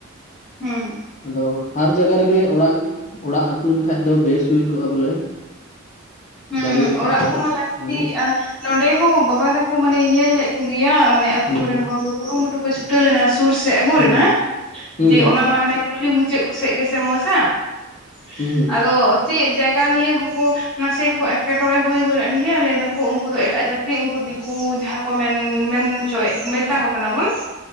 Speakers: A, on the left; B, in the centre.
A: ᱾
B: ᱦᱩᱸ
A: ᱟᱫᱚ ᱦᱟᱨ ᱡᱟᱜᱟ ᱨᱮᱜᱮ ᱚᱲᱟᱜ, ᱚᱲᱟᱜ ᱟᱹᱠᱤᱧ ᱠᱷᱟᱡ ᱫᱚ ᱵᱮᱥ ᱦᱩᱭ ᱠᱚᱜᱼᱟ ᱵᱚᱞᱮ᱾
B: ᱦᱮᱸ
A: ᱫᱟᱲᱮᱭᱟᱜ ᱠᱷᱟᱡ
B: ᱚᱲᱟᱜ
A: ᱫᱚ
B: ᱠᱚᱢᱟ ᱞᱟᱹᱠᱛᱤᱜ
A: ᱦᱩᱸ
B: ᱟᱨ ᱱᱚᱸᱰᱮ ᱦᱚᱸ ᱵᱟᱵᱟ ᱛᱟᱠᱚ ᱢᱟᱱᱮ ᱧᱮᱞ ᱞᱮᱫ ᱠᱚᱜᱮᱭᱟ ᱢᱟᱱᱮ ᱟᱹᱛᱩ
A: ᱦᱩᱸ
B: ᱠᱚᱨᱮᱱ ᱦᱚᱲ ᱠᱚ ᱠᱩᱨᱩ ᱢᱩᱴᱩ ᱠᱚ ᱪᱷᱩᱴᱟᱹᱣ ᱞᱮᱱᱟ ᱥᱩᱨ ᱥᱮᱫ ᱟᱹᱜᱩ
A: ᱦᱩᱸ
B: ᱨᱮᱱᱟᱜ
A: ᱦᱩᱸ
B: ᱡᱮ
A: ᱦᱩᱸ
B: ᱚᱱᱟ ᱢᱟ ᱦᱟᱱᱮᱼᱼ ᱠᱩᱞᱦᱤ ᱢᱩᱪᱟᱹᱫ ᱠᱚᱥᱮᱫ ᱜᱮ ᱥᱮ <unintelligible>
A: ᱦᱩᱸ ᱦᱩᱸ
B: ᱟᱫᱚ ᱪᱮᱫ ᱡᱟᱭᱜᱟ ᱱᱤᱭᱟᱹ ᱠᱚ ᱠᱚ ᱱᱟᱥᱮ ᱠᱚ ᱮᱴᱠᱮᱴᱚᱬᱮ ᱦᱩᱭ ᱜᱚᱫ ᱮᱱ ᱜᱮᱭᱟ ᱞᱟᱹᱭ ᱮᱫᱟ ᱠᱚ ᱩᱱ ᱠᱩ ᱫᱚ ᱮᱴᱟᱜ ᱡᱟᱹᱛᱤ ᱩᱱᱠᱩ ᱫᱤᱠᱩ ᱡᱟᱦᱟᱸ ᱠᱚ ᱢᱮᱱ ᱢᱮᱱ ᱦᱚᱪᱚᱭᱮᱫ ᱢᱮᱛᱟ ᱠᱚ ᱠᱟᱱᱟ ᱵᱚᱱ ᱾